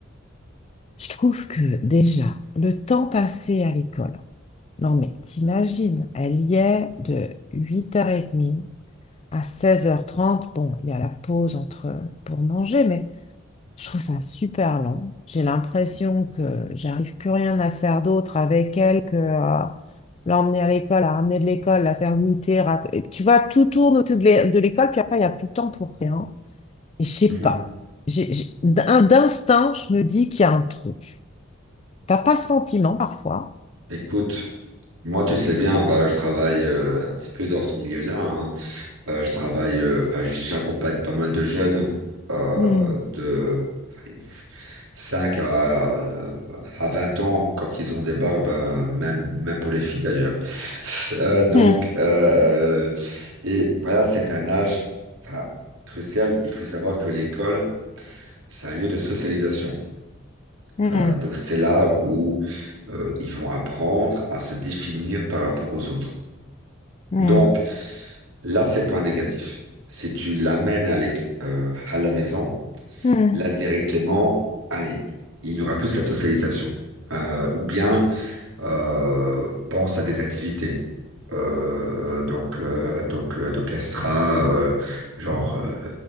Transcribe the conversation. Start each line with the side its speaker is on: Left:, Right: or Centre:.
Left: je trouve que déjà, le temps passé à l'école, non mais t'imagines, elle y est de 8h30 à 16h30. Bon, il y a la pause entre pour manger, mais je trouve ça super long. J'ai l'impression que j'arrive plus rien à faire d'autre avec elle que à l'emmener à l'école, à ramener de l'école, la faire goûter. rac- Tu vois, tout tourne autour de l'é- de l'école, puis après, il n'y a plus de temps pour rien. Je sais
Right: Mhm.
Left: pas. J'ai- j'ai- d'un- D'instinct, je me dis qu'il y a un truc. T'as pas ce sentiment parfois?
Right: Écoute, moi, tu sais bien, bah, je travaille euh, un petit peu dans ce milieu-là. hein. Euh, je travaille, euh, enfin, j- j'accompagne pas mal de jeunes euh,
Left: Hmm.
Right: de allez, 5 à, euh, à 20 ans quand ils ont des barbes, euh, même, même pour les filles d'ailleurs. <laughs> Euh, donc,
Left: Hmm.
Right: euh, et voilà, c'est un âge enfin, crucial. Il faut savoir que l'école, c'est un lieu de socialisation.
Left: Hmm.
Right: Euh, donc c'est là où euh, ils vont apprendre à se définir par rapport aux autres.
Left: Hmm.
Right: Donc là, c'est le point négatif. Si tu l'amènes à, l'éc- euh, à la maison,
Left: Hmm.
Right: là directement, allez, il n'y aura plus de la socialisation. Euh, ou bien euh, pense à des activités. Euh, donc euh, donc euh, d'orchestra euh, genre euh,